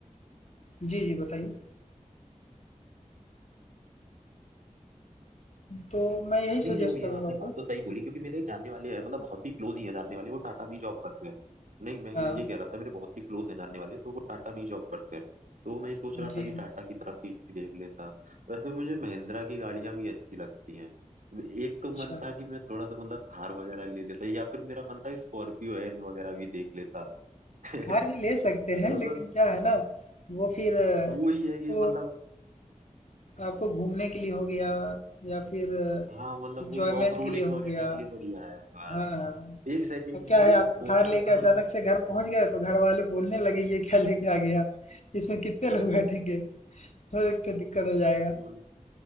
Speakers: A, on the left (about 60°); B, on the right (about 75°).
A: जी, जी, बताइए। तो मैं यही सजेस्ट
B: नहीं जो ये
A: करूँगा
B: आपने
A: आपको।
B: बात तो सही बोली क्योंकि मेरे एक जानने वाले हैं मतलब बहुत ही क्लोज ही हैं जानने वाले वो टाटा में जॉब करते हैं नहीं मैं ये
A: हाँ,
B: ये कह रहा था मेरे बहुत ही क्लोज हैं जानने वाले तो वो टाटा में ही जॉब करते हैं तो मैं ये सोच रहा
A: जी,
B: था कि टाटा की तरफ ही देख लेता वैसे मुझे महिंद्रा की गाड़ियां भी अच्छी लगती हैं एक तो
A: अच्छा।
B: मन था कि मैं थोड़ा सा मतलब थार वगैरह ले लेता या फिर मेरा मन था स्कॉर्पियो एन वगैरह भी देख लेता <laughs>
A: थार भी ले सकते हैं,
B: मतलब
A: लेकिन क्या है ना, वो फिर अ,
B: वही
A: आपको
B: है कि मतलब
A: आपको घूमने के लिए हो गया या फिर
B: हाँ मतलब
A: एन्जॉयमेंट
B: वही ऑफ रोडिंग
A: के लिए
B: वगैरह
A: हो गया।
B: के लिए बढ़िया है बस
A: हाँ, हाँ।
B: एक सेकंड
A: अब क्या
B: मैंने
A: है आप
B: तो सोचा
A: थार लेके
B: था
A: अचानक से घर पहुंच गए तो घर वाले बोलने लगे ये क्या लेके आ गया इसमें कितने
B: पर-
A: लोग बैठेंगे तो एक तो दिक्कत हो जाएगा
B: <laughs>